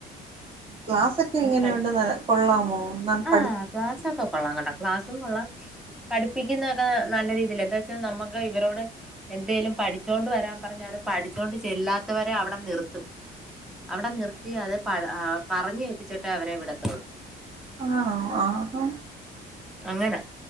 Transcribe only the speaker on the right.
ക്ലാസ് ഒക്കെ ഇങ്ങനെയണ്ട്
കൊള്ളാമോ
പഠി
ആണോ ആഹ്